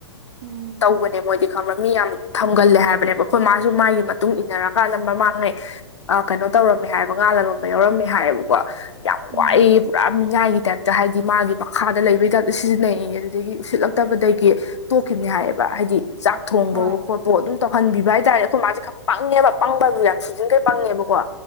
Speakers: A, on the right (about 40°); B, on the left (about 75°).
A: ꯎꯝ
B: ꯇꯧꯕꯅꯦ ꯃꯣꯏꯗꯤ ꯈꯪꯕ ꯃꯤ ꯌꯥꯝ ꯊꯝꯒꯜꯂꯦ ꯍꯥꯏꯕꯅꯦꯕ ꯈꯣꯏ ꯃꯥꯁꯨ ꯃꯥꯒꯤ ꯃꯇꯨꯡ ꯏꯟꯅꯔꯀꯥꯟꯗ ꯃꯃꯥꯡꯉꯩ ꯑꯥ ꯀꯩꯅꯣ ꯇꯧꯔꯝꯃꯦ ꯍꯥꯏꯕ ꯉꯥꯜ ꯂꯂꯣꯟꯕ ꯌꯥꯎꯔꯝꯃꯦ ꯍꯥꯏꯌꯦꯕꯀꯣ ꯌꯥꯝ
A: ꯎꯝ
B: ꯋꯥꯏꯌꯦ ꯄꯨꯔꯥ ꯃꯤꯅꯥꯏꯒꯤ ꯇꯥꯏꯞꯇ ꯍꯥꯏꯗꯤ ꯃꯥꯒꯤ ꯃꯈꯥꯗ ꯂꯩꯕꯩ ꯇꯥꯏꯞꯇ ꯁꯤꯖꯤꯟꯅꯩꯌꯦ ꯌꯦ ꯑꯗꯨꯗꯒꯤ ꯎꯁꯤꯠꯂꯛꯇꯕꯗꯒꯤ ꯇꯣꯛꯈꯤꯕꯅꯤ ꯍꯥꯏꯌꯦꯕ ꯍꯥꯏꯗꯤ ꯆꯥꯛ ꯊꯣꯡꯕꯑꯣ
A: ꯍꯣꯏ
B: ꯈꯣꯠ ꯄꯑꯣ ꯑꯗꯨꯝ ꯇꯧꯍꯟꯕꯤꯕ ꯍꯥꯏꯇꯥꯔꯦ ꯑꯩꯈꯣꯏ ꯃꯥꯁꯦ ꯈꯔ ꯄꯪꯉꯦꯕ ꯄꯪꯕꯕꯨ ꯌꯥꯝ ꯁꯨꯖꯤꯟꯈꯩ ꯄꯪꯉꯦꯕꯀꯣ